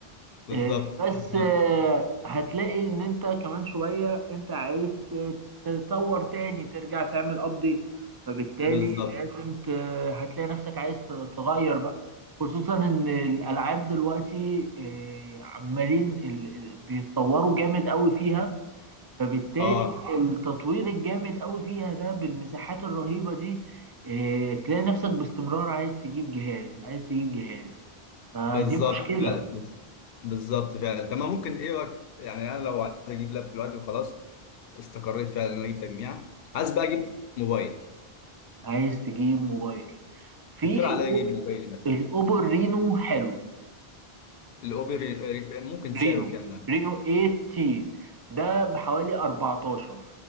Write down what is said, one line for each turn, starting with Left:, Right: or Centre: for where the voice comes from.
Left: بالظبط
Right: آه، بس
Left: بالظبط
Right: آه، هتلاقي ان انت كمان شوية انت عايز ت- تطور تاني ترجع تعمل ابديت فبالتالي
Left: بالظبط
Right: لازم ت... هتلاقي نفسك عايز ت- تغير بقى خصوصا ان الالعاب دلوقتي آه، عمالين ال... ال- بيتطوروا جامد قوي فيها فبالتالي
Left: اه
Right: التطوير الجامد قوي فيها ده بالمساحات الرهيبة دي آه، تلاقي نفسك باستمرار عايز تجيب جهاز عايز تجيب جهاز فدي
Left: بالظبط
Right: مشكلة
Left: فعلا بالظبط بالظبط فعلا تمام ممكن ايه وقت يعني انا لو عايز اجيب لاب دلوقتي وخلاص استقريت فعلا ان انا اجيب تجميع عايز بقى اجيب موبايل
Right: عايز تجيب موبايل في
Left: يفترض
Right: الأوب-
Left: عليا اجيب موبايلي مثلا
Right: الاوبو رينو حلو
Left: الاوبر ممكن سعره
Right: رينو
Left: كام ده
Right: رينو 8 تي ده بحوالي 14